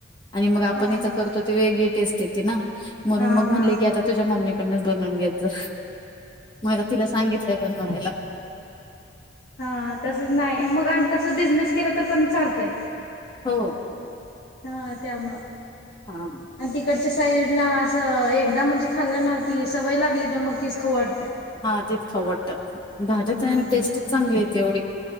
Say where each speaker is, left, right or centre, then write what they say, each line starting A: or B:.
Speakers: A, on the left; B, on the left.
A: आणि मग आपण
B: हा
A: इथं
B: हा
A: करतो ते वेगळी टेस्ट येते ना म्हणून
B: हा
A: मग म्हणले
B: हा
A: की आता तुझ्या मम्मीकडच बनवून घेत जा. म आता तिला सांगितलंय बनवायला.
B: हा तसच नाय मग आणि तसच बिझनेस केला तर पण चालतंय.
A: हो.
B: हा त्यामुळ.
A: हा.
B: आण तिकडच्या साईडला असं एकदा म्हणजे खाल्लं ना ती सवय लागली तर मग तीच खाऊ वाटतिया.
A: हा तेच खाऊ वाटतं भाज्या
B: हम्म
A: तयार टेस्टच चांगली येते एवढी.